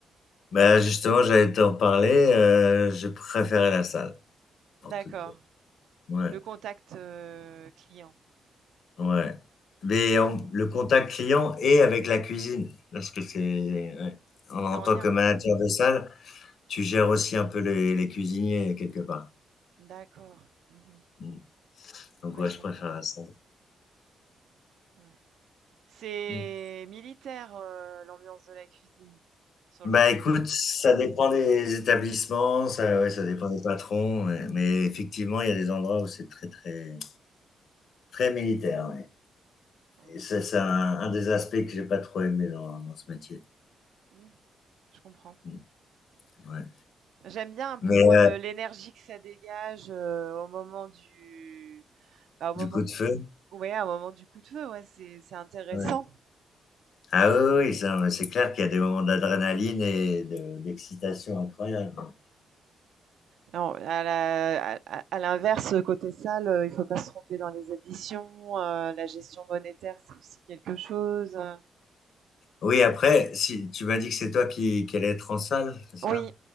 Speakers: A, on the left; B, on the right.
A: Bah, justement, j'allais t'en parler, euh, j'ai préféré la salle, pour
B: D'accord.
A: tout dire. Ouais,
B: Le contact euh, client.
A: ouais. Mais on- le contact client et avec la cuisine, parce que c'est... ouais. En,
B: C'est
A: en
B: en
A: tant
B: lien.
A: que manager de salle, tu gères aussi un peu les, les cuisiniers quelque part.
B: D'accord. Mhm.
A: Mm. Donc
B: Ouais,
A: ouais,
B: je
A: je
B: comprends.
A: préfère ça.
B: Ouais. C'est
A: Mm.
B: militaire, euh, l'ambiance de la cuisine. Sur
A: Bah
B: le coup de
A: écoute,
B: feu.
A: ça dépend des établissements, ça, ouais, ça dépend des patrons, ouais. mais effectivement, il y a des endroits où c'est très très très militaire. ouais.
B: Donc,
A: Et ça,
B: euh,
A: c'est un, un des aspects que j'ai pas trop aimé dans, dans ce métier.
B: hmm, je comprends.
A: Mm, Ouais.
B: J'aime bien un peu,
A: Mais
B: moi,
A: euh,
B: le- l'énergie que ça dégage euh, au moment du... bah, au moment
A: du coup
B: du...
A: de feu,
B: Ouais, au moment du coup de feu, ouais, c'est c'est intéressant.
A: ouais. Ah oui, oui, oui, ça, mais c'est clair qu'il y a des moments d'adrénaline et de- d'excitation incroyable. ouais.
B: Alors, à la- à- à- à l'inverse, côté salle, euh, il faut pas se tromper dans les additions. euh, la gestion monétaire, c'est aussi quelque chose. euh.
A: Oui, après, si tu m'as dit que c'est toi qui, qui allais être en salle, c'est ça?
B: Oui,